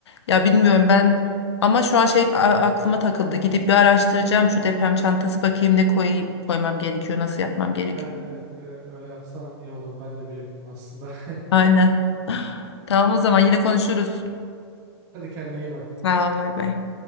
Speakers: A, on the left; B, on the right.
A: Ya bilmiyorum ben ama şu an şey a- aklıma takıldı. Gidip bir araştıracağım şu deprem çantası bakayım ne koyayım koymam gerekiyor, nasıl yapmam gerekiyor.
B: evet evet e, öyle yapsan iyi olur ben de bir yapayım aslında.
A: Aynen.
B: <laughs>
A: <laughs> <sighs> Tamam o zaman yine konuşuruz.
B: Hadi kendine iyi bak.
A: Sağ ol, bay bay.